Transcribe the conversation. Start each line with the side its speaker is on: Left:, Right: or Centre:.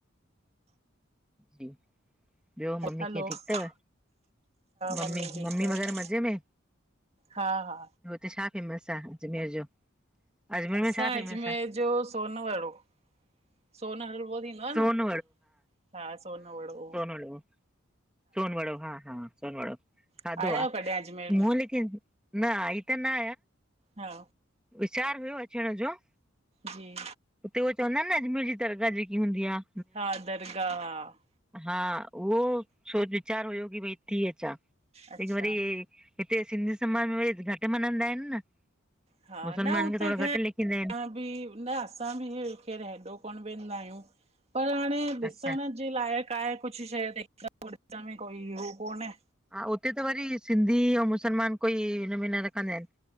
Centre: जी। ॿियो ममी
Right: हलो
Centre: कीअं
Right: हा
Centre: ठीकु थव? ममी
Right: मम्मी ठीकु
Centre: ममी
Right: आहे
Centre: मगर मज़े में?
Right: हा हा
Centre: हुते छा फेमस आहे अजमेर जो? अजमेर
Right: असां
Centre: में छा फेमस
Right: अजमेर
Centre: आहे
Right: जो सोनवड़ो। सोन हलवो थींदो आ
Centre: सोन
Right: न, हासोन वड़ो।
Centre: हलो। सोन वड़ो, हा हा सोन वड़ो।
Right: आया
Centre: अधवा
Right: आहियो कॾहिं अजमेर
Centre: मूलीक
Right: में
Centre: न आ त ना।
Right: हा
Centre: वीचारु हुयो अचण जो।
Right: जी।
Centre: उतेह चवंद आहिनि न अजमेर जी दरगा जेकी हूंदी आहे।
Right: हा दरगाह हा।
Centre: हा उहो सोच वीचार हुयो की भई थी अचां,
Right: अच्छा
Centre: लेकिन वरी हिते सिंधी समाज में वरी घटि मञदा आहिनि न
Right: हा
Centre: मुस्लमान
Right: न हू
Centre: खे
Right: त
Centre: थोरो
Right: ख़ैर
Centre: घटि लेखींदा आहिनि
Right: असां न असां बिरु हेॾो कोन वेंदा आहियूं पर हाणे ॾिसण
Centre: अच्छा
Right: लाइक़ आहे कुझु शइ कोई कोनहे
Centre: हा उते त वरी सिंधी ऐं मुसलमान कोई हुनमें न रखंदा आहिनि।